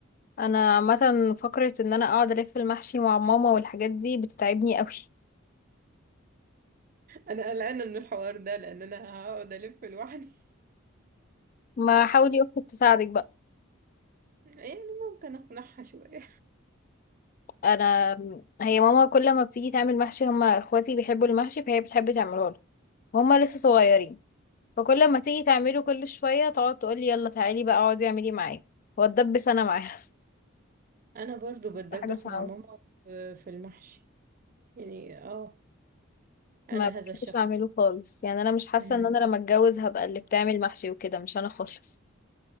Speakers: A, on the left; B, on the right.
A: أنا عامة فكرة إن أنا أقعد ألف المحشي مع ماما والحاجات دي بتتعبني قوي
B: انا قلقانه من الحوار ده لان انا هقعد الف لوحدي
A: ما حاولي أختك تساعدك بقى
B: <laughs> يعني ممكن اقنعها شويه
A: أنا هي ماما كل ما بتيجي تعمل محشي هما إخواتي بيحبوا المحشي فهي بتحب تعمله له وهما لسه صغيرين فكل ما تيجي تعمله كل شوية تقعد تقولي يلا تعالي بقى اقعدي اعملي معايا واتدبس أنا معاها
B: انا برضو بتدبس
A: <laughs> بتبقى حاجة صعبة
B: مع ماما في في المحشي يعني اه انا
A: ما
B: هذا
A: بحبش
B: الشخص
A: اعمله خالص يعني انا مش حاسه
B: مم.
A: ان انا لما اتجوز هبقى اللي بتعمل محشي وكده مش انا خالص